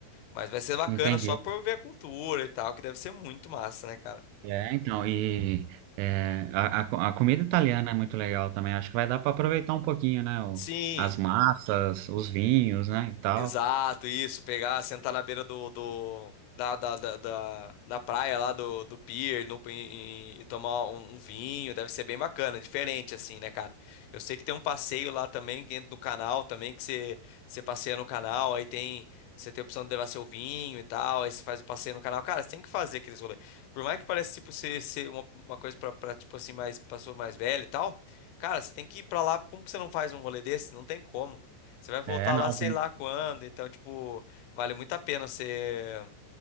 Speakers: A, on the left (about 85°); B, on the right (about 85°).
A: Mas vai ser bacana
B: Entendi.
A: só por ver a cultura e tal, que deve ser muito massa, né, cara?
B: É, então, e é, a, a, co- a comida italiana é muito legal também. Acho que vai dar para aproveitar um pouquinho, né? o-
A: Sim.
B: as massas, os vinhos, né? E tal.
A: Exato, isso, pegar, sentar na beira do, do da, da, da, da- da praia lá do, do pier no, em- em- e tomar um, um vinho, deve ser bem bacana, diferente assim, né, cara? Eu sei que tem um passeio lá também, que entra no canal também, que você, você passeia no canal, aí tem, você tem a opção de levar seu vinho e tal, aí você faz o passeio no canal. Cara, você tem que fazer aqueles rolês. Por mais que pareça, tipo, ser, ser uma, uma coisa pra, pra, tipo assim, mais, pessoa mais velha e tal, cara, você tem que ir pra lá, como que você não faz um rolê desse? Não tem como. Você vai voltar
B: É, não,
A: lá sei
B: tem,
A: lá quando, então, tipo, vale muito a pena você,